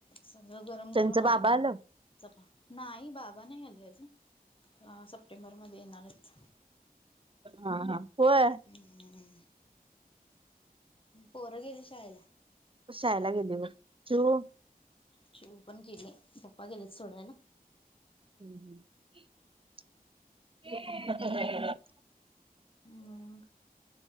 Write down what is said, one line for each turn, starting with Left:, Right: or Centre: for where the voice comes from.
Left: सगळं गरम
Right: त्यांचं
Left: करून आले.
Right: बाबा आलं
Left: चपा नाही बाबा नाही आले अजून, सप्टेंबर मध्ये येणारेत.
Right: हा, हा होय
Left: हम् <unintelligible> पोरं गेली शाळेला.
Right: शाळेला गेले बघ. चिऊ
Left: चिऊ पण गेली, पप्पा गेलेच सोडायला.
Right: हम् हम् <inaudible>
Left: हम् <unintelligible>